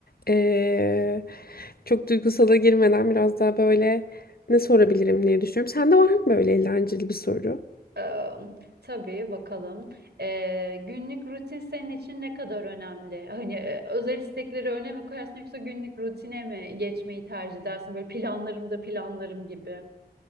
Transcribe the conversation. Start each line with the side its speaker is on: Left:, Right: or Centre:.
Left: Ee, çok duygusala girmeden biraz daha böyle ne sorabilirim diye düşünüyorum. Sende var mı böyle eğlenceli bir soru?
Right: Ee, tabii bakalım. Ee, günlük rutin senin için ne kadar önemli? Hani e, özel istekleri öne mi koyarsın yoksa günlük rutine mi geçmeyi tercih edersin? Böyle planlarım da planlarım gibi.